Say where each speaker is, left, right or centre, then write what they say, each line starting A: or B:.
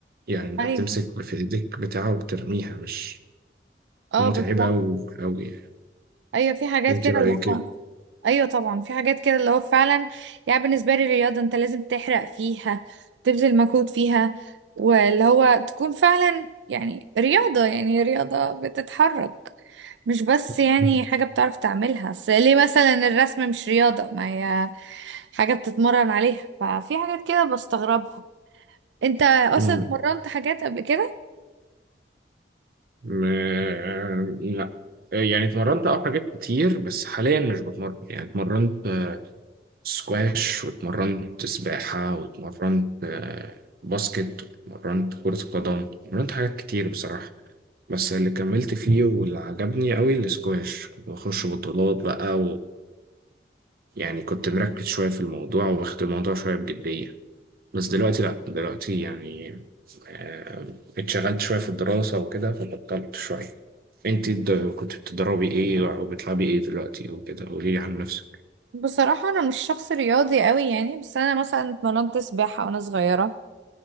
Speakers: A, on the right (about 55°); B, on the right (about 85°).
A: يعني أنت
B: ايوه
A: بتمسك في إيديك بتاعه وبترميها مش
B: اه
A: متعبة
B: بالظبط
A: أوي أوي
B: ايوه في حاجات
A: أنت
B: كده
A: رأيك
B: اللي هو
A: إيه؟
B: ايوه طبعا في حاجات كده اللي هو فعلا يعني بالنسبه لي الرياضه انت لازم تحرق فيها تبذل مجهود فيها واللي هو تكون فعلا يعني رياضه يعني رياضه بتتحرك مش بس يعني
A: <laughs>
B: حاجه بتعرف تعملها اصل ليه مثلا الرسم مش رياضه ما هي حاجه بتتمرن عليها ففي حاجات كده بستغربها انت اصلا
A: أمم،
B: اتمرنت حاجات قبل كده
A: ما- لا يعني اتمرنت أه حاجات كتير بس حاليا مش بتمرن يعني اتمرنت آه، سكواش واتمرنت سباحة واتمرنت آه، باسكت واتمرنت كرة قدم اتمرنت حاجات كتير بصراحة بس اللي كملت فيه واللي عجبني قوي الاسكواش كنت بخش بطولات بقى ويعني كنت مركز شوية في الموضوع واخد الموضوع شوية بجدية بس دلوقتي لأ دلوقتي يعني آه، اتشغلت شوية في الدراسة وكده فبطلت شوية انت الد- كنت بتدربي ايه وبتلعبي ايه دلوقتي وكده قوليلي عن نفسك
B: بصراحه انا مش شخص رياضي قوي يعني بس انا مثلا اتمرنت سباحه وانا صغيره